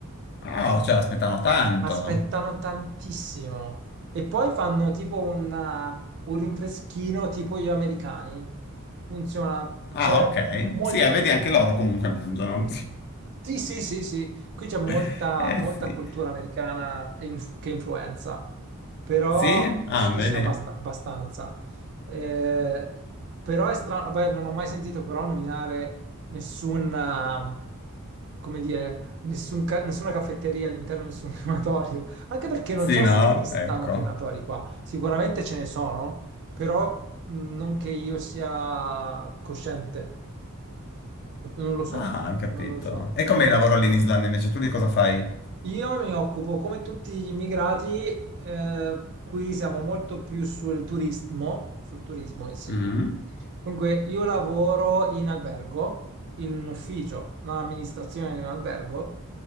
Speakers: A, on the left; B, on the right.
A: Oh, cioè, aspettano tanto.
B: Aspettano tantissimo e poi fanno tipo un, eh, un rinfreschino tipo gli americani. Funziona,
A: Ah,
B: c'è
A: ok.
B: molto.
A: Sì, eh, vedi, anche loro comunque mangiano.
B: Sì, sì, sì, sì, qui c'è molta,
A: <laughs> Eh
B: molta
A: sì.
B: cultura americana e inf- che influenza, però
A: Sì? Ah,
B: sì,
A: vedi?
B: sì, abbast- abbastanza. Eh, però è strano, beh, non ho mai sentito però nominare nessun, eh, come dire, nessun ca- nessuna caffetteria all'interno di nessun <laughs> crematorio, anche perché
A: Sì,
B: non so
A: no?
B: se esistano
A: Ecco.
B: crematori qua, sicuramente ce ne sono, però mh, non che io sia cosciente, non lo so,
A: Ah, hai capito.
B: non lo so.
A: E com'è il lavoro lì in Islanda invece? Tu di cosa fai?
B: Io mi occupo, come tutti gli immigrati, eh, qui siamo molto più sul turismo, sul turismo, eh sì.
A: Mm.
B: Dunque, io lavoro in albergo, in un ufficio, un'amministrazione di un albergo,